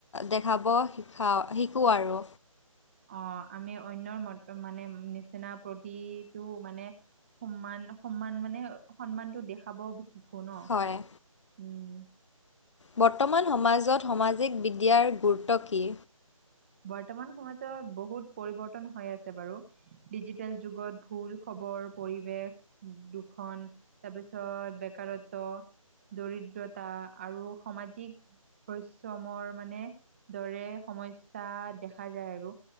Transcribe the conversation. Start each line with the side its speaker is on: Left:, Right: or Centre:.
Left: দেখাব শিকা, শিকোঁ আৰু
Right: অ', আমি অন্যৰ মত, মানে, নিচিনা প্ৰতিটো মানে সন্মান, সন্মান মানে, সন্মানটো দেখাব শিকোঁ ন?
Left: হয়
Right: উম।
Left: বৰ্তমান সমাজত, সমাজিক বিদ্যাৰ গুৰুত্ব কি?
Right: বৰ্তমান সমাজত বহুত পৰিৱৰ্তন হৈ আছে বাৰু ডিজিটেল যুগত, ভুল খবৰ পৰিৱেশ দুখন তাৰপিছত বেকাৰত্ব, দৰিদ্ৰতা আৰু সমাজিক পৰিশ্ৰমৰ মানে, দৰে সমস্যা দেখা যায় আৰু